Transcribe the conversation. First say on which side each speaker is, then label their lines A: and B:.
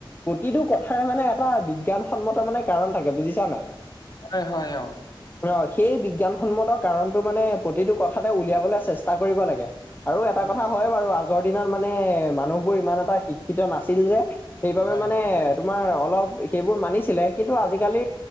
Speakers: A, on the left; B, on the left.
A: প্ৰতিটো কথাৰে মানে এটা বিজ্ঞানসন্মত মানে কাৰণ থাকে। বুজিছা নাই?
B: হয়, হয়, অ।
A: অ সেই বিজ্ঞানসন্মত কাৰণটো মানে প্ৰতিটো কথাতে উলিয়াবলৈ চেষ্টা কৰিব লাগে। আৰু এটা
B: উম,
A: কথা
B: উম,
A: হয় বাৰু। আগৰ দিনত মানে মানুহবোৰ ইমান এটা শিক্ষিত নাছিল যে। সেইবাবে
B: হয়,
A: মানে
B: হয়,
A: তোমাৰ অলপ সেইবোৰ মানিছিলে। কিন্তু আজি-কালি